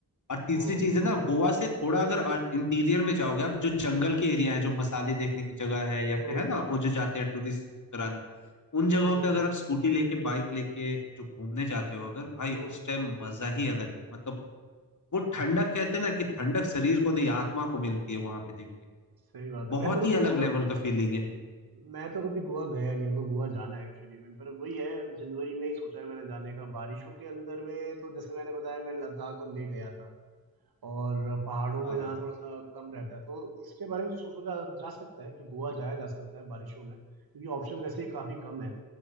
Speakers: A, on the left (about 55°); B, on the right (about 80°).
A: और तीसरी
B: हम्म हम्म
A: चीज
B: हम्म हम्म
A: है ना
B: हम्म
A: गोवा से थोड़ा अगर इंटीरियर में जाओगे आप जो जंगल के एरिया है जो मसाले देखने की जगह है या
B: हम्म
A: फिर है ना वो जो जाते हैं टूरिस्ट कराने उन जगहों
B: हम्म
A: पे अगर आप स्कूटी लेके बाइक लेके जो घूमने जाते हो अगर भाई
B: हम्म
A: उस टाइम
B: हम्म
A: मजा ही अलग है मतलब वो ठंडक कहते हैं ना कि ठंडक शरीर को नहीं आत्मा को मिलती है वहां पे देख के
B: सही बात
A: बहुत
B: है। मैं तो कभी
A: ही अलग
B: गोवा
A: लेवल
B: उम,
A: का फीलिंग है
B: मैं तो कभी गोवा गया नहीं, मेरे को गोवा जाना है एक्चुअली में, पर वही है जनवरी में ही सोचा है मैंने जाने का। बारिशों के अंदर में तो जैसे मैंने बताया मैं लद्दाख और लेह गया था और पहाड़ों में
A: हाँ
B: जाना थोड़ा-सा कम रहता है, तो इसके बारे में सो सोचा जा सकता है कि गोवा जाया जा सकता है बारिशों में, क्योंकि ऑप्शंस वैसे ही काफ़ी कम हैं।